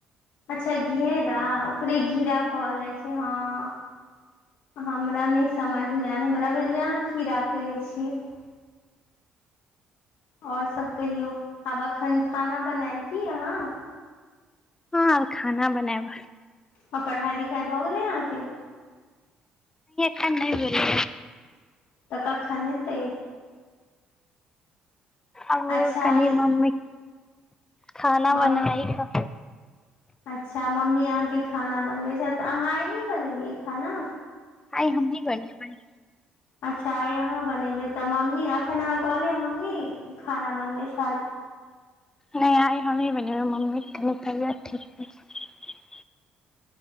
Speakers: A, on the left; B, on the left.
A: अच्छा घेरा ओकरे घिरा कहल जाइत छै ह हमरा नहि समझमे आयल हमरा भेल जे अहाँ खीरा कहैत छियैक <inaudible> ओर सभ कहियौ आब एखन खाना बनायब की अहाँ
B: हँ आब खाना बनाब
A: ओर पढ़ाइ लिखाइ भऽ गेलै अहाँके
B: के न
A: तऽ कखन हेतय
B: आ
A: अच्छा
B: कनी
A: ई
B: मम्मी खाना
A: मम
B: बनाइकेँ
A: अच्छा मम्मी अहाँके खाना बनबैत छथि तऽ अहाँ आय नहि बनेलियै खाना
B: हइ हमही बनेबनि
A: अच्छा अहाँ बनेबय तऽ मम्मी एखन अहाँ कहलियै मम्मी खाना बनबैत छथि
B: नहि आइ हमही बनेबय मम्मी केँ कनि तबियत ठीक नहि छैक